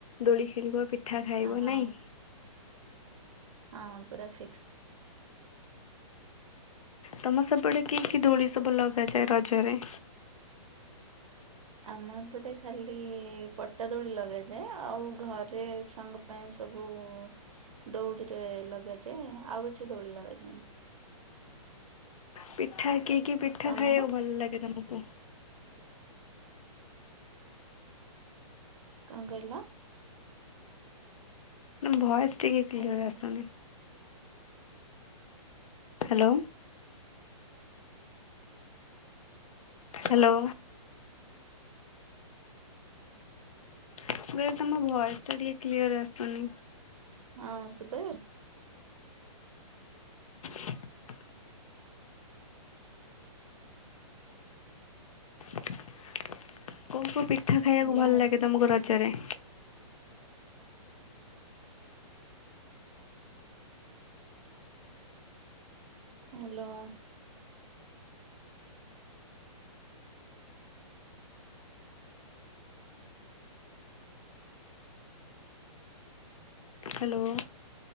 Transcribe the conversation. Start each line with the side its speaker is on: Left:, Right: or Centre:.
Left: ଦୋଳି ଖେଳିବ, ପିଠା ଖାଇବ,
Right: ଆ ହଁ
Left: ନାଇଁ।
Right: ହଁ ପୁରା ଫିକ୍ସ।
Left: ତମ ସେପଟେ କି କି ଦୋଳି ସବୁ ଲଗାଯାଏ ରଜରେ?
Right: ଆମ ଏପଟେ ଖାଲି ପଟା ଦୋଳି ଲଗାଯାଏ ଆଉ ଘରେ ସାଙ୍ଗ ପାଇଁ ସବୁ ଦଉଡ଼ିରେ ଲଗାଯାଏ ଆଉ କିଛି ଦୋଳି ଲଗାଯାଏନି।
Left: ପିଠା କି କି ପିଠା
Right: ତମର
Left: ଖାଇବାକୁ ଭଲ ଲାଗେ ତମକୁ?
Right: କଣ କହିଲ।
Left: ଭଏସ୍ ଟିକେ କ୍ଲିୟର
Right: ହ୍ୟାଲୋ
Left: ଆସୁନି। ହ୍ୟାଲୋ। ହ୍ୟାଲୋ। କହିଲି ତମ ଭଏସ ଟା ଟିକେ କ୍ଲିୟର ଆସୁନି।
Right: ଆଁ ଶୁଭା
Left: <inaudible> କୋଉ କୋଉ ପିଠା ଖାଇବାକୁ
Right: ହ୍ୟାଲୋ
Left: ଭଲ ଲାଗେ ତମକୁ ର ଜ ରେ?
Right: ହ୍ୟାଲୋ।
Left: ହ୍ୟାଲୋ।